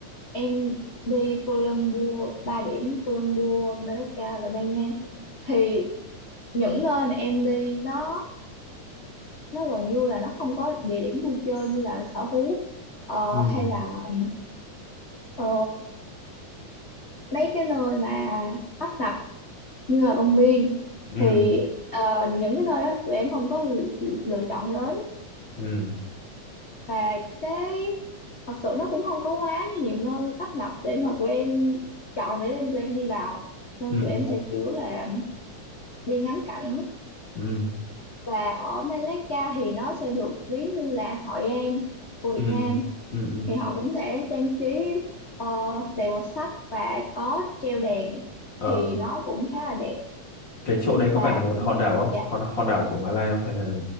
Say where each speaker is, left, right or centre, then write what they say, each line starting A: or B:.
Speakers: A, on the left; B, on the left.
A: em đi Colombo 3 điểm Colombo Malaga và Ban Nang thì những nơi mà em đi nó nó gần như là nó không có địa điểm vui chơi như là sở thú ờ,
B: Ừ,
A: hay là ờ, mấy cái nơi mà tấp nập như là công viên
B: ừ,
A: thì ờ, những cái nơi đó tụi em không có l- lựa chọn đến
B: ừ,
A: và cái thật sự nó cũng không có quá nhiều nơi tấp nập để mà tụi em chọn để em tụi em đi vào nên
B: ừ,
A: tụi
B: ừ,
A: em sẽ chủ yếu là đi ngắm cảnh
B: ừ,
A: và ở Malacca thì nó sẽ được ví như là Hội An của Việt
B: ừ,
A: Nam
B: ừ. ừ.
A: thì họ cũng sẽ trang trí ờ, đầy màu sắc và có treo đèn
B: Ờ.
A: thì nó cũng khá là đẹp
B: cái chỗ đấy
A: và
B: có phải là một
A: cũng
B: hòn đảo không
A: dạ
B: hòn hòn đảo của Malai không hay là